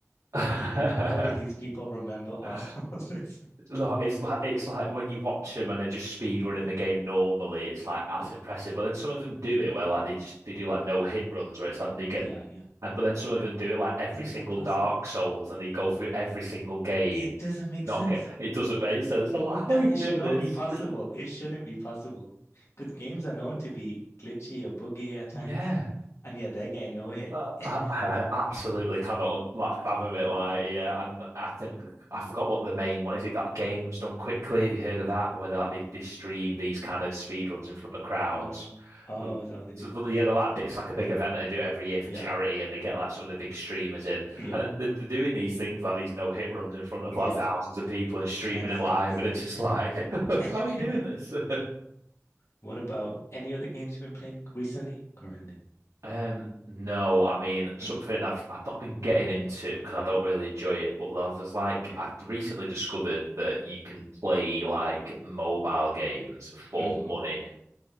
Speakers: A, on the right (about 80°); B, on the left (about 55°).
A: oh.
B: You think, how do these
A: <laughs>
B: people remember all <laughs> of this?
A: Look, it's like it's like when you watch them and they're just speed running
B: Yeah,
A: the game normally, it's like that's
B: yeah,
A: impressive. But then some of them do it where like they just they do like no hit runs where it's like they get,
B: yeah, yeah.
A: uh, but then some of
B: How,
A: them do it like every
B: how
A: single
B: is that possible?
A: Dark Souls and they go through every single game,
B: It doesn't make
A: not
B: sense.
A: get it doesn't make sense. I'm like,
B: That
A: how are you
B: it
A: doing
B: should not
A: this?
B: be possible. It shouldn't be possible. Because games are known to be glitchy or buggy
A: <laughs>
B: at times.
A: Yeah.
B: And yet they're getting no hit.
A: Uh,
B: <laughs>
A: I, I absolutely cannot um, like fathom it. Like,
B: Yeah.
A: yeah, and I think I
B: Mm.
A: forgot what the main one is. It got games done quickly. Have you heard of that? Where they, like they, they stream these kind of speed runs in front of crowds.
B: No. Oh, is that what they do?
A: So the- yeah, they're like it's like a big
B: Yeah.
A: event. and They do it every year for
B: Yeah.
A: charity, and they get like some of the big streamers in,
B: Yeah.
A: and they're, they're doing these things like these no hit runs in front of
B: Yeah.
A: like thousands of people and streaming
B: That's
A: it live,
B: insane.
A: and it's just like, <laughs> how
B: <laughs>
A: are you doing this? <laughs>
B: What about any other games you've been playing recently? Currently?
A: Um, no, I mean something
B: hmm
A: I've I've not been getting into because I don't really enjoy it. But there- there's like
B: Yeah.
A: i recently discovered that you can play like mobile games for
B: hmm
A: money